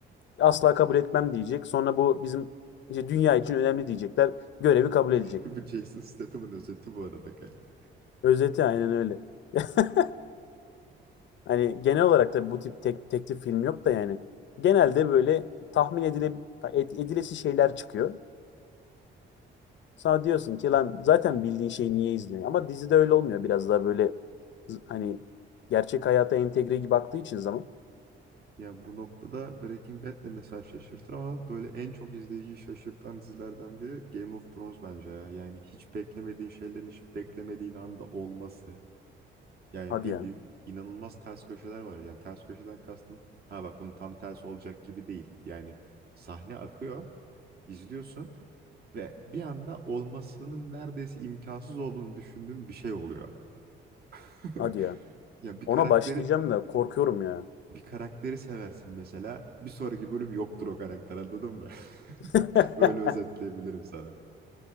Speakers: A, on the left; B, on the right.
A: asla kabul etmem diyecek. Sonra bu bizim işte dünya için önemli diyecekler. Görevi kabul edecek.
B: <laughs> Bu Jason Statham'ın özeti bu arada kanka.
A: Özeti aynen öyle. <laughs> Hani genel olarak da bu tip tek, teklif film yok da yani. Genelde böyle tahmin edile, edilesi şeyler çıkıyor. Sonra diyorsun ki lan zaten bildiğin şeyi niye izliyorsun? Ama dizide öyle olmuyor. Biraz daha böyle hani gerçek hayata entegre gibi baktığı için zaman.
B: Ya bu noktada Breaking Bad de mesela şaşırtır ama böyle en çok izleyiciyi şaşırtan dizilerden biri Game of Thrones bence ya. Yani hiç beklemediğin şeylerin hiç beklemediğin anda olması. Yani
A: Hadi
B: bildiğin
A: ya.
B: inanılmaz ters köşeler var. Yani ters köşeden kastım ha bak bunun tam tersi olacak gibi değil. Yani sahne akıyor, izliyorsun ve bir anda olmasının neredeyse imkansız olduğunu düşündüğün bir şey oluyor. <laughs>
A: Hadi ya.
B: Ya bir
A: Ona
B: karakteri
A: başlayacağım da korkuyorum ya.
B: bir karakteri seversin mesela. Bir sonraki bölüm yoktur o karakter anladın mı? <laughs>
A: <laughs>
B: Öyle özetleyebilirim sana.